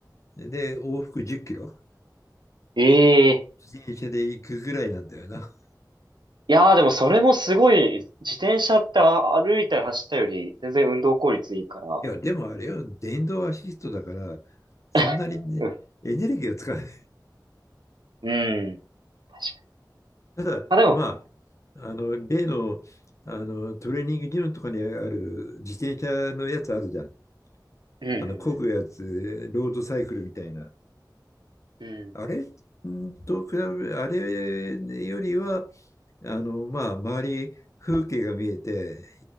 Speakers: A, on the left (about 45°); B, on the right (about 80°).
A: で、往復10キロ
B: ええ
A: 自転車で行くぐらいなんだよな。
B: いやーでもそれもすごい、自転車ってあ歩いたり走ったより全然運動効率いいから。
A: いや、でもあれよ、電動アシストだから、そんなに、
B: <laughs>
A: ね、
B: うん。
A: エネルギーを使わない。
B: うん確かに。
A: ただ、
B: まあ、でも、
A: まあ、あの、例の、あの、トレーニングジムとかにある自転車のやつあるじゃん。
B: うんう
A: あの、漕ぐやつ、ロードサイクルみたいな。
B: んうん。うん。
A: あれと比べ、あれよりは、あの、まあ、周り、風景が見えて、